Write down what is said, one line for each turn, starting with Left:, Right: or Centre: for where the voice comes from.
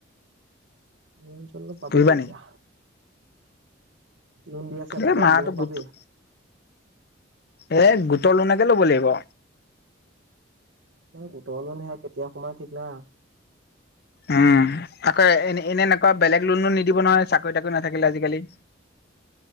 Right: লোন চন পাবি
Left: পুহিবা
Right: ক'ত এতিয়া। লোন দি আছে ক'ৰবাত
Left: এ মাহতৰ
Right: লোন পাবি
Left: গোটটোত। এ গোটৰ লোণকে ল'ব লাগিব।
Right: এই গোটৰ লোন হে কেতিয়া সোমাই ঠিক নাই।
Left: উম' আকৌ এনে এনেকুৱাঁ বেলেগ লোণো নিদিব নহয় চাকৰি তাকৰি নাথাকিলে আজিকালি।